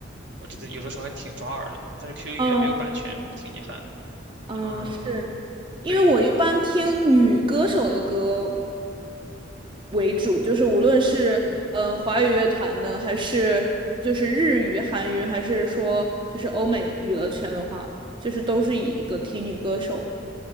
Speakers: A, on the right; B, on the right.
A: 我觉得有的时候还挺抓耳的。但是 QQ 音乐没有版权，
B: 嗯。
A: 我还挺遗憾的。
B: 嗯，
A: 嗯，
B: 是因为我一般听女歌手的歌
A: 对，
B: 为主，就是无论是呃华语乐团的，还是就是日语、韩语，还是说就是欧美娱乐圈的话，就是都是以一个听女歌手